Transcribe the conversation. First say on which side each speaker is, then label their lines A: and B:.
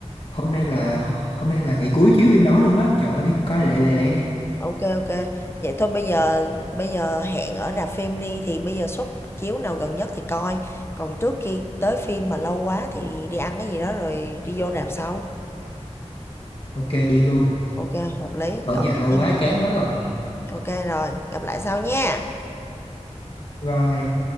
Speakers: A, on the left; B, on the left.
A: hôm nay là hôm nay là ngày cuối chiếu phim đó luôn đó trời ơi đi coi lẹ lẹ lẹ nè
B: OK, OK. Vậy thôi bây giờ bây giờ hẹn ở rạp phim đi thì bây giờ suất chiếu nào gần nhất thì coi. Còn trước khi tới phim mà lâu quá thì đi ăn cái gì đó rồi đi vô rạp sau.
A: ok đi luôn
B: OK, hợp lý.
A: ở
B: Gọi
A: nhà
B: vậy
A: lâu
B: nha.
A: quá chán quá rồi
B: OK rồi, gặp lại sau nha.
A: bye